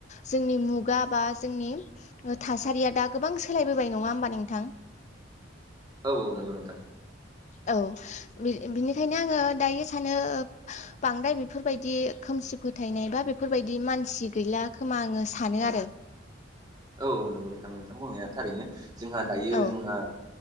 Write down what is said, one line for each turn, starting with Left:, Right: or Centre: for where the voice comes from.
Left: जोंनि मुगा बा जोंनि ओ थासारिया दा गोबां सोलायबोबाय नङा होमबा नोंथां?
Right: औ औ नंगौ नोंथां।
Left: औ बिनिखायनो आङो दायो बेनिखायनो बांद्राय बेफोरबायंणयदि खोमसि फोथायनाय बा बेकषचंण। फोरबायदि मानसि गैला खोमा आङो सानो आरो
Right: औ औ नंगौ नोंथां नोंथां‌ माइबुंनाया थारैनो जोंहा दायो
Left: औ
Right: जोंहा